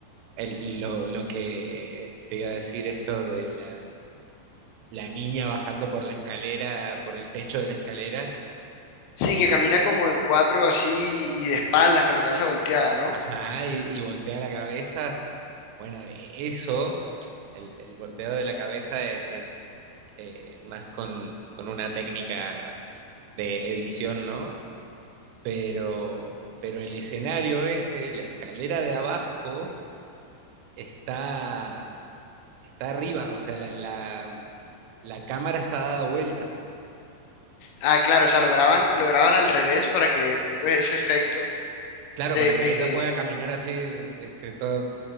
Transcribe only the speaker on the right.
el- lo, lo que te iba a decir esto de la, la niña bajando por la escalera, por el techo de la escalera,
ajá, y, y voltea la cabeza. Bueno, eh, eso, el, el volteo de la cabeza es, es, eh, más con, con una técnica de edición, ¿no? Pero, pero el escenario ese, la escalera de abajo está, está arriba, o sea, la, la, la cámara está dada vuelta.
Claro,
para
que ella
pueda caminar así, este, toda